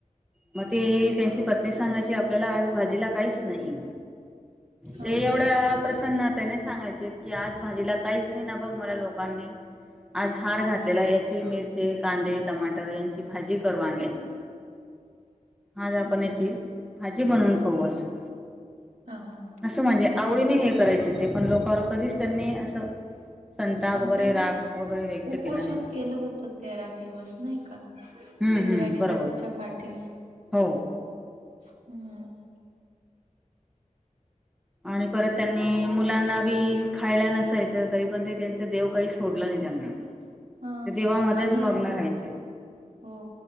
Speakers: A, in the centre; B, on the right.
A: मग ते त्यांची
B: हो,
A: पत्नी सांगायची. आपल्याला आज भाजीला काहीच नाही
B: हां,
A: ते एवढ्या प्रसन्नात त्या सांगायचे की आज भाजीला काहीच नाही ना बघ मला लोकांनी आज हार घातलेला या. ची मिरचे कांदे टमाटर यांची भाजी कर वग्याची आज आपण
B: हं.
A: याची भाजी बनवून खाऊ असं.
B: हां, हां.
A: असं म्हणजे आवडीने हे करायचे ते पण लोकांवर कधीच त्यांनी असं. संताप
B: आणि
A: वगैरे
B: त्यांनी
A: राग वगैरे व्यक्त
B: उपोषण
A: केला नाही
B: केलं होत तेरा दिवस नाही का?
A: हम्म
B: इंद्राणी
A: हम्म बरोबर
B: नदीच्या काठी
A: हो
B: हम्म.
A: आणि परत त्यांनी मुलांना ी खायला नसायचं तरी पण ते त्यांच देव काही सोडलं नाही त्यांना
B: हां
A: ते देवामध्येध्येच
B: आणि
A: मग्न राहायचे.
B: हो